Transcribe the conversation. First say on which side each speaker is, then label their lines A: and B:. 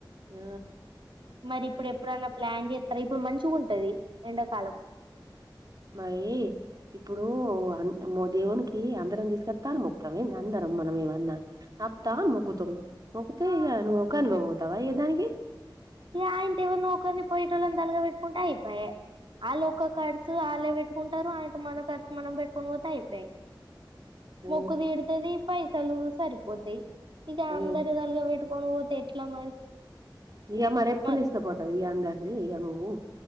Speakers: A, on the right (about 50°); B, on the right (about 75°).
A: ఆ
B: మరి ఇప్పుడు ఎప్పుడన్నా ప్లాన్ చేస్త రేపు మంచిగా ఉంటది ఎండాకాలం
A: మరి ఇప్పుడు అ మ దేవునికి అందరం తీసుకెస్తా అని మొ్తాం ఏ అందరం మనం ఏమన్నా ఆప్తాని మొగ్గుతాం మొ్గితే
B: ఆ
A: ఇక నువ్వు ఒక అనుభవం అవుతావా ఏయ్య దానికి
B: ఇక ఆయనతో ఎవరినా ఒకరిని పోయేట వాళ్ళంతాలుగా పెట్టుకుంటే అయిపోయ వాళ్ళ ఒ ఒక ఖర్చు వాళ్ళే పెట్టుకుంటారు ఆయన మన ఖర్చు మనం పెట్టుకొని పోతే అయి తాయి
A: ఆ
B: మొక్కు తీడుతది పైసలు సరిపోతాయి ఇక
A: ఆ
B: అందరి తలుగా పెట్టుకొని పో ఎట్లా మరి
A: ఇక మరి ఎప్పుడు
B: మ
A: తీసుకపోతారు ఇక అందరినీ ఇక నువ్వు